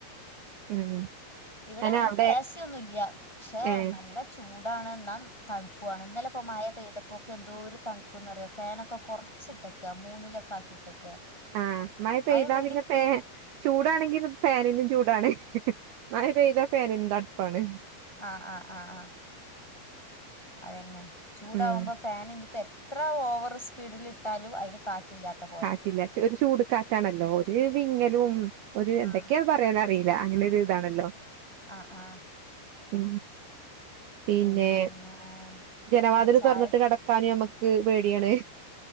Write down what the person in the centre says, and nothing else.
ഇവിടെഞങ്ങൾക്ക്
എ സി ന്നുമല്ല പക്ഷെ
നല്ല ചൂടാണ് എന്നാ തണുപ്പുാണ്. ഇന്നലെപ്പോ മഴ പെയ്തപ്പോൊക്ക്എന്തോ ഒരു തണുപ്പ്ന്ന് പറയോ ഫാനൊക്കെ കുറച്ച് റ ച്ചിട്ടക്ക മൂന്നിലൊക്കെ ആക്കിട്ടക്ക
അതിന് വേണ്ടി
ആ ആ ആ ആ അതന്നെ ചൂടാവുമ്പോ
ഫാാന് ഇ നി ഇപ്പോ എത്ര ഓവർ സ്പീഡിൽ ഇട്ടാലും അതിന് കാറ്റില്ലാത്ത പോലെ
ആഹ്
ആ ആഹ്
പിന്നെ
ചായ